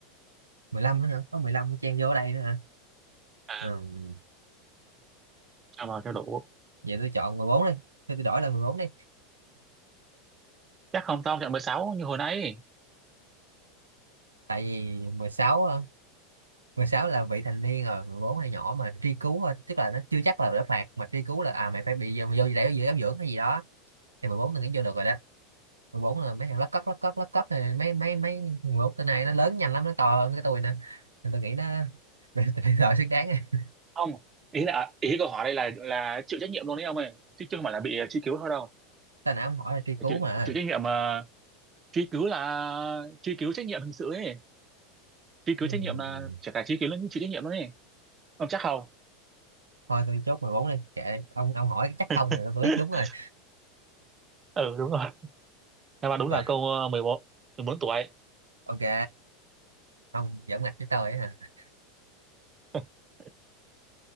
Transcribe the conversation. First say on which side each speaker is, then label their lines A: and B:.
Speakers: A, on the right; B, on the right.
A: 15 nữa hả có 15 chen vô ở đây nữa hả
B: À,
A: ừ.
B: cho vào cho đủ.
A: vậy tôi chọn 14 đi Thôi tôi đổi là 14 đi
B: Chắc không tao chọn 16 như hồi nãy.
A: tại vì mười sáu, á, 16 là vị thành niên rồi 14 là nhỏ mà truy cứu thôi tức là nó chưa chắc là đã phạt mà truy cứu là à mày phải bị vô vô để vô giáo dưỡng hay gì đó thì 14 tôi nghĩ vô được rồi đó mười bốn là mấy thằng lất cất lất cất lất cất này, mấy mấy mấy 14 tên này nó lớn nhanh lắm nó to hơn cái tôi nè nên tôi nghĩ nó <laughs> bây giờ xứng đáng rồi.
B: Không, ý là ý câu hỏi đây là là chịu trách nhiệm luôn đấy ông ơi, chứ chứ không phải là bị à, truy cứu thôi đâu.
A: tên nào ông hỏi là truy
B: Phải
A: cứu
B: Chịu,
A: mà
B: chịu trách nhiệm mà truy cứu là truy cứu trách nhiệm hình sự ấy. Truy cứu
A: ừ.
B: trách nhiệm là chả cả truy cứu lẫn chịu trách nhiệm luôn ấy. Ông chắc không?
A: thôi tôi chốt 14 đi kệ ông ông hỏi chắc không
B: <laughs>
A: rồi tôi biết đúng rồi,
B: Ừ đúng rồi. Đáp án đúng
A: rồi.
B: là câu ờ, mười bốn mười bốn tuổi.
A: ok ông giỡn mặt với tôi á hả
B: <laughs>